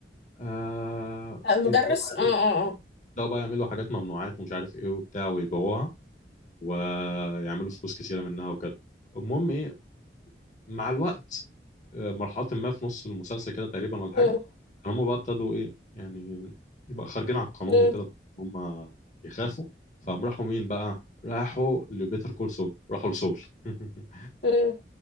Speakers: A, on the left; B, on the left.
A: آه
B: آه، المدرس
A: يبداوا بقى
B: اه
A: يعملوا
B: اه اه
A: يبداوا بقى يعملوا حاجات ممنوعات ومش عارف ايه وبتاع ويبيعوها ويعملوا فلوس كتيره منها وكده المهم ايه مع الوقت آه، مرحله ما في نص المسلسل كده تقريبا ولا حاجه
B: مم.
A: كان هم بقى ابتدوا ايه يعني يبقى خارجين على القانون
B: مم.
A: وكده هم يخافوا فقام راحوا مين بقى راحوا لبيتر كول سول راحوا لسول <laughs>
B: مم.